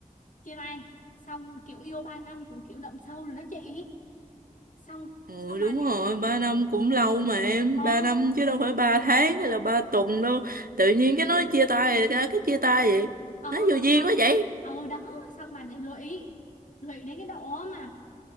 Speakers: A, on the left; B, on the right.
A: chia tay xong kiểu yêu ba năm cũng kiểu đậm sâu rồi đó chị xong
B: Ừ,
A: xong
B: đúng
A: bà này
B: rồi ba năm cũng lâu mà em
A: ờ
B: ba năm chứ đâu phải ba tháng hay là ba tuần đâu tự nhiên cái nói chia tay cái cái chia tay vậy
A: ờ
B: nói vô duyên
A: xong
B: quá vậy
A: ừ đó xong bà này lụy lụy đến cái độ mà